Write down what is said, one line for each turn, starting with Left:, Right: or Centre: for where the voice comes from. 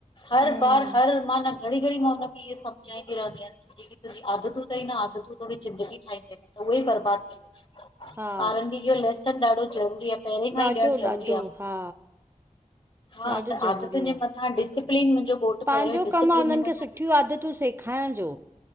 Left: हर
Right: हम्म
Left: बार हर माना घड़ी-घड़ी मां हुनखे ही सम्झाईंदी। रहंदी आहियास हे जेकी तुंजी आदतूं तई न आदतूं तोखे ज़िंदगी ठाहिंदई न त उए ही बर्बाद कंदइ।
Right: हा
Left: ॿारन खे इयो लेसन ॾाढो ज़रूरी आ। पेरें खां
Right: ॾाढो
Left: ही ॾेयण ज़रूरी
Right: ॾाढो
Left: आ
Right: हा
Left: हा
Right: ॾाढो
Left: त
Right: ज़रूरी
Left: आदतुन
Right: आहे
Left: जे मथां तां डिसिप्लिन मुंहिंजो। घोटु
Right: पंहिंजो
Left: पहिरियों डिसिप्लिन
Right: कमु आहे उन्हनि
Left: जे मथां
Right: खे सुठियूं आदतूं सेखारण जो।